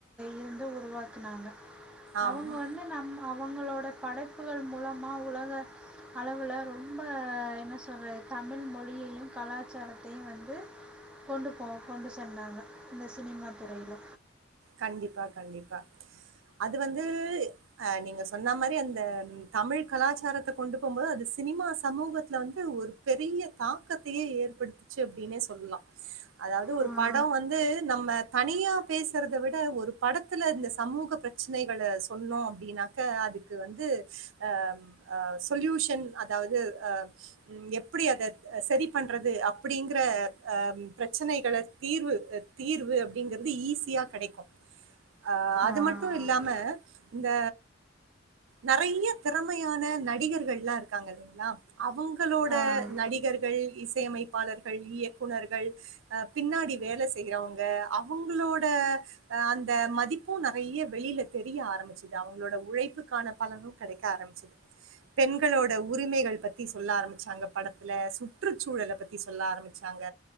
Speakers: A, in the centre; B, on the right.
A: இருந்து உருவாக்குனாங்க
B: ஆமா.
A: அவங்க வந்து நம்ம அவங்களோட படைப்புகள் மூலமாக உலக அளவுல ரொம்ப என்ன சொல்றது தமிழ் மொழியையு கலாச்சாரத்தையு வந்து கொண்டு போ கொண்டு சென்னாங்க இந்த சினிமா துறையில
B: கண்டிப்பா கண்டிப்பா அது வந்து அ நீங்க சொன்ன மாரி அந்த தமிழ் கலாச்சாரத்த கொண்டு போம்போது அது சினிமா சமூகத்துல வந்து ஒரு பெரிய தாக்கத்தயே ஏற்படுத்துச்சு அப்டின்னே சொல்லலா அதாவது
A: ஆ
B: ஒரு படோ வந்து நம்ம தனியா பேஸ் க்கறதவிட ஒரு படத்துல இந்த சமூக பிரச்சனைகள சொன்னோ அப்டினாக்க அதுக்கு வந்து ஆ அ சொல்யூஷன் அதாவது ஆ எப்டி அத சரி பண்றது அப்டிங்கற ஆ பிரச்சனைகள தீர்வு தீர்வு அப்டிங்கிறது ஈஸியா கிடைக்கு அ அது
A: ஆ
B: மட்டு இல்லாம இந்த நறையா திறமையான நடிகர்கள்லா இருக்காங்க இல்லங்களா அவங்களோட
A: ஆ
B: நடிகர்கள் இஸ் இஸைமைப்பாளர்கள் இயக்குநர்கள் ஆ பின்னாடி வேல செய்றவங்க அவங்களோட அந்த மதிப்பு நறைய வெளில தெரிய ஆரம்பிச்சுது அவங்களோட உழைப்புக்கான பலனு கடைக்க ஆரம்பிச்சுது பெண்களோட உரிமைகள் பத்தி சொல்ல ஆரம்பிச்சாங்க படத்துல சுற்றுச்சூழல பத்தி சொல்ல ஆரம்பிச்சாங்க